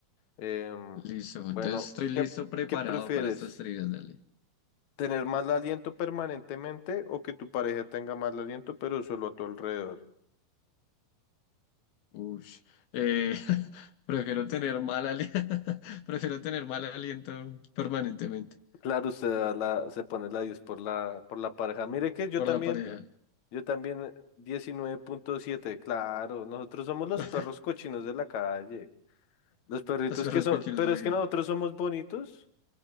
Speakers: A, on the left; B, on the left.
A: Em,
B: Listo,
A: bueno,
B: entonces estoy listo,
A: ¿qué,
B: preparado
A: qué prefieres?
B: para estas trivias, dale.
A: ¿Tener mal aliento permanentemente o que tu pareja tenga mal aliento pero solo a tu alrededor?
B: Ush. Eh, <laughs> prefiero tener mal ali- <laughs> prefiero tener mal aliento permanentemente
A: Claro, usted da la, se pone la 10 por la, por la pareja. Mire que yo
B: por
A: también,
B: la pareja.
A: yo también eh, diecinueve punto siete. claro, nosotros somos los
B: <laughs>
A: perros cochinos de la calle, los perritos
B: Las perras
A: que son,
B: cochinas
A: pero
B: de la
A: es que
B: calle.
A: nosotros somos bonitos